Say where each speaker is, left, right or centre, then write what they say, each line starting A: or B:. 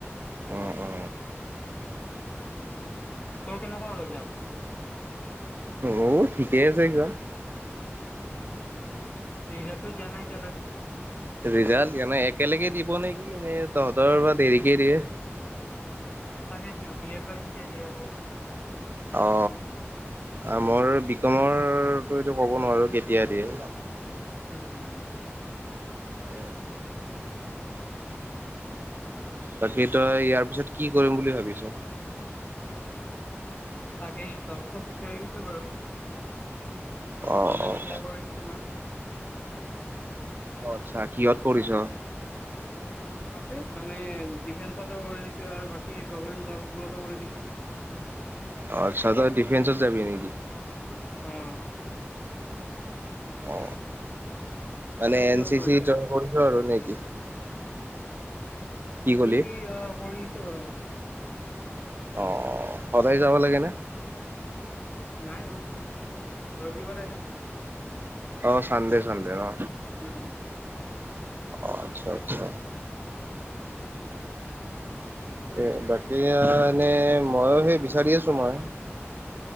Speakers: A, on the right (about 45°); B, on the left (about 30°).
A: অ অ
B: তোৰ কেনেকোৱা হল এক্মাম
A: অ ঠিকেই আছে এক্মাম
B: ৰিজাল্টটো দিয়া নাই এতিয়ালৈ
A: ৰিজাল্ট তেনে একেলগে দিব নে নে কি নে তহঁতৰ পৰা দেৰিকে দিয়ে
B: তাকেইতো বি এৰ বা কেতিয়া দিয়ে আকৌ
A: অ আ মোৰ বিকমৰতো এইটো ক'ব নোৱাৰো কেতিয়া দিয়ে
B: উম
A: উ বাকী তই ইয়াৰ পিছত কি কৰিম বুলি ভাবিছ
B: তাকেই জব চব বিচাৰিছো বাৰু
A: অ',
B: অনলাইন
A: অ',
B: এপ্লাই কৰি দিছো মই
A: অ আচ্ছা কিহত কৰিছ
B: উম আছে মানে ডিফেন্সতো কৰি দিছো আৰু বাকি গভমেন্ট জববোৰতো কৰি থৈছো
A: অ আচ্ছা তই ডিফেন্সত যাবি নেকি
B: উম
A: অ মানে
B: তই কিহত
A: এন চি
B: কৰিছ
A: চি জইন কৰিছ' আৰু নেকি কি
B: এন
A: ক'লি?
B: চিচি অ কৰি আছো বাৰু মই
A: অ সদায় যাব লাগে নে
B: নাই নাই ৰবিবাৰেহে
A: অ চানডে চানডে অ
B: উম
A: অ আচ্ছা আচ্ছা এ বাকী আও এনে মইও সেই বিচাৰি আছো মই